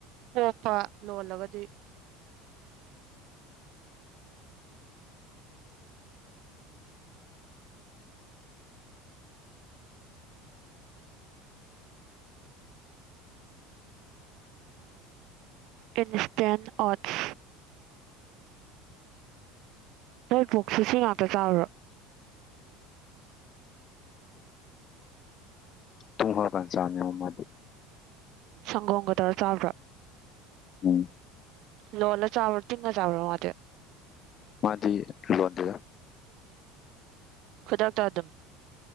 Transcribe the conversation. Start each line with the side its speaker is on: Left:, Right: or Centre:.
Right: ꯄꯣꯛꯄ ꯂꯣꯜꯂꯒꯗꯤ ꯏꯟꯁꯇꯦꯟ ꯑꯣꯠꯁ ꯅꯣꯏ ꯄꯨꯣꯛꯁꯤ ꯁꯤ ꯉꯥꯛꯇ ꯆꯥꯎ꯭ꯔꯣ
Left: ꯊ ꯍꯔ ꯀꯥꯟ ꯆ ꯃꯥ
Right: ꯁꯪꯒꯣꯝꯒ ꯇꯔꯥ ꯆꯥꯕ꯭ꯔꯥ
Left: ꯎꯝ
Right: ꯂꯣꯂ ꯆ ꯑꯕꯇ ꯅ ꯆꯥꯕꯑꯣ ꯃ
Left: ꯃꯥꯗꯤ ꯂꯣꯟꯣꯟꯗꯗ
Right: ꯈꯨꯗꯥꯥꯛ ꯇꯥ ꯑꯗꯨꯝ